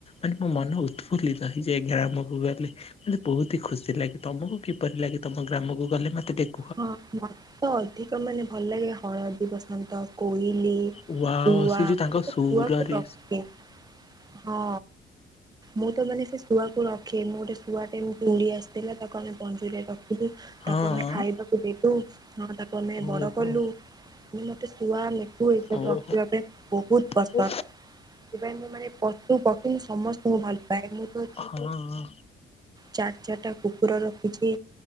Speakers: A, on the left (about 30°); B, on the right (about 20°).
A: ତାଙ୍କ ମନ ଉତଫୁଲ୍ଲିତ ହେଇଯାଏ ଗ୍ରାମକୁ ଗଲେ। ମତେ ବହୁତି ହି ଖୁସି ଲାଗେ। ତମକୁ କିପରି ଲାଗେ ତମ ଗ୍ରାମକୁ ଗଲେ? ମତେଟିକିଏ
B: ହଁ ମ ତ ଅଧିକ ମାନେ ଭଲ ଲାଗେ ହଳ ଦୀ ବସନ୍ତ କୋଇଲି
A: ୱାଓ
B: କୁଆ
A: ସେ ଯୋଉ
B: ମତେତ
A: ତାଙ୍କ ସୁରରେ
B: କୁଆକୁ ରଖେ। ହଁ। ମୁଁ ତ ମାନେ ସେ ଶୁଆକୁୁ ରଖେ ମୁଁ ଗୋଟେ ଶୁଆ ଟେ ଏମିତି ଉଡି ଆସିଥିଲା ତାକୁ ଆମେ ପଞ୍ଜୁରିରେ ରଖିଲୁ।
A: ହଁ
B: ତାକୁ ଆମେ ଖାଇବାକୁ ଦେଲୁ। ହଁ ତାକୁ ଆମେ
A: ଓହୋ।
B: ବଡ କଲୁ। ଫୁଣି ମତେ ଶୁଆ ମିଟୁ ଏ ସବୁ
A: ଓହୋ
B: ରଖିବା ପାଇଁ ବହୁତ୍ ପସନ୍ଦ
A: ହଁ
B: ସେଥିପାଇଁ ମୁଁ ମାନେପ ପଶୁ ପକ୍ଷୀ ସମସ୍ତଙ୍କୁ ଭଲ ପାଏ। ମୁଁ ତ
A: ହଁ।
B: ଚାରି ଚାରିଟା କୁକୁର ରଖିଚି